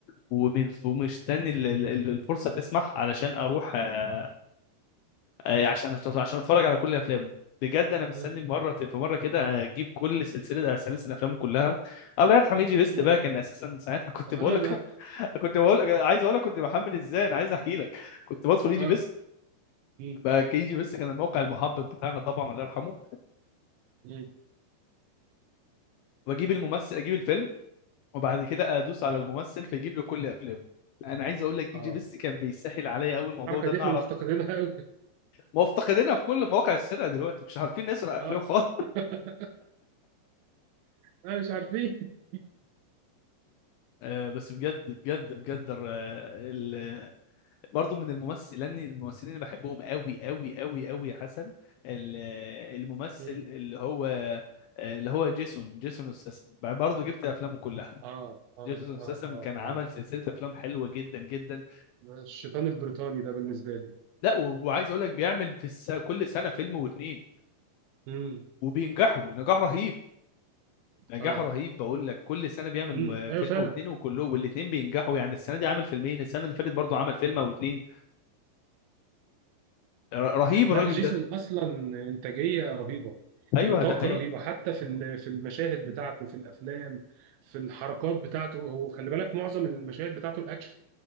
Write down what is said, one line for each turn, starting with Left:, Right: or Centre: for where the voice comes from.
Left: ومن ومستني ال- ال- ال- الفرصه تسمح علشان اروح آه، آه، يعني عشان عشان اتفرج على كل افلامه بجد انا مستني
Right: مم.
Left: مره في مره كده اجيب كل سلسله آه، سلاسل افلامه كلها الله يرحم يجي بيست
Right: مم.
Left: بقى كان اساسا ساعتها كنت
Right: خلاص
Left: بقول لك <laughs> كنت بقول لك عايز اقول لك كنت بحمل ازاي انا عايز احكي لك كنت بدخل يجي
Right: <laughs> اه
Left: بيست
Right: مم.
Left: بقى يجي بيست كان الموقع المحبب بتاعنا طبعا الله يرحمه
Right: مم.
Left: واجيب الممثل اجيب الفيلم وبعد كده ادوس على
Right: اه
Left: الممثل فيجيب له كل <laughs> افلامه انا عايز اقول لك ايجي
Right: اه
Left: بس كان بيسهل عليا قوي الموضوع
Right: الحركه
Left: ده
Right: دي
Left: ان
Right: احنا
Left: اعرف
Right: مفتقدينها قوي
Left: ما هو افتقدنا في كل مواقع السرقه دلوقتي مش عارفين نسرق افلام
Right: اه
Left: خالص <laughs>
Right: <laughs> آه، مش عارفين
Left: آه بس بجد بجد بجد الر- ال... برضه من الممثلين الممثلين اللي بحبهم قوي قوي قوي قوي يا حسن ال- الممثل
Right: مم.
Left: اللي هو اللي هو جيسون جيسون استسم برضه جبت افلامه كلها
Right: اه اه
Left: جيسون
Right: اه
Left: استسم
Right: اه
Left: كان عمل
Right: اه
Left: سلسله افلام حلوه جدا جدا
Right: الشيطان البريطاني ده بالنسبه لي
Left: لا و- وعايز اقول لك بيعمل في الس... كل سنه فيلم واتنين
Right: مم.
Left: وبينجحوا نجاح رهيب نجاح
Right: اه
Left: رهيب بقول لك كل سنه بيعمل
Right: مم.
Left: م-
Right: ايوه
Left: فيلم
Right: فعلا
Left: واتنين وكلهم والاتنين بينجحوا يعني السنه دي عامل فيلمين السنه اللي فاتت برضو عمل فيلم او اتنين ر- رهيب الراجل
Right: لا جيسون
Left: ده
Right: اصلا انتاجيه رهيبه
Left: ايوه
Right: طاقه
Left: ده حقيقي
Right: رهيبه حتى في ال- في المشاهد بتاعته في الافلام في الحركات بتاعته هو خلي بالك معظم المشاهد بتاعته الاكشن